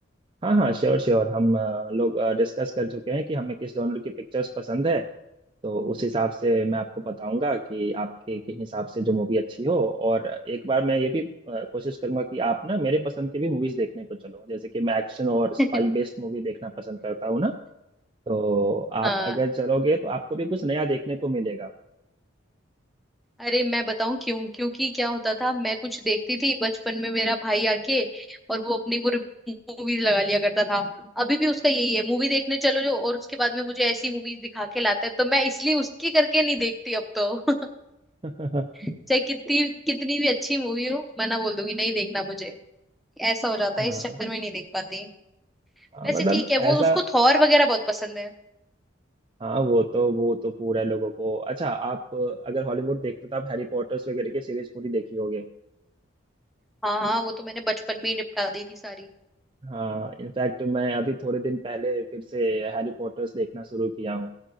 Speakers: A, on the right; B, in the centre.
A: हाँ हाँ श्योर श्योर हम अ, लोग डिस्कस कर चुके हैं कि हमें किस जॉनर की पिक्चर्स पसंद है तो उस हिसाब से मैं आपको बताऊंगा कि आपके के हिसाब से जो मूवी अच्छी हो और एक बार मैं ये भी अ, कोशिश करूंगा कि आप ना मेरे पसंद की भी मूवीज देखने को चलो जैसे कि मैं एक्शन और स्पाई
B: <laughs>
A: बेस्ड मूवी देखना पसंद करता हूँ ना तो आप
B: हाँ
A: अगर चलोगे तो आपको भी कुछ नया देखने को मिलेगा
B: अरे मैं बताऊं क्यों क्योंकि क्या होता था मैं कुछ देखती थी बचपन में मेरा भाई आके और वो अपनी वो मूवीज लगा लिया करता था अभी भी उसका यही है मूवी देखने चलो जो और उसके बाद में मुझे ऐसी मूवीज दिखा के लाता है तो मैं इसलिए उसकी करके नहीं देखती अब तो <laughs>
A: <laughs>
B: चाहे कितनी कितनी भी अच्छी मूवी हो मैं ना बोल दूंगी नहीं देखना मुझे ऐसा हो जाता
A: हाँ
B: है इस चक्कर में नहीं देख पाती
A: हाँ,
B: वैसे
A: मतलब
B: ठीक है
A: ऐसा
B: वो उसको थॉर वगैरह बहुत पसंद है
A: हाँ वो तो वो तो पूरा है लोगों को अच्छा आप अगर हॉलीवुड देखते हो तो आप हैरी पॉटर्स वगैरह की सीरीज पूरी देखी होगी
B: हाँ हाँ वो तो मैंने बचपन में ही निपटा दी थी सारी
A: हाँ इनफैक्ट मैं अभी थोड़े दिन पहले फिर से हैरी पॉटर्स देखना शुरू किया हूँ